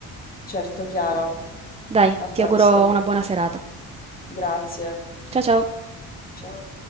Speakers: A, on the left; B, on the right.
A: Certo, Chiara,
B: Dai,
A: a presto.
B: ti auguro una buona serata.
A: Grazie.
B: Cia ciao.
A: Ciao.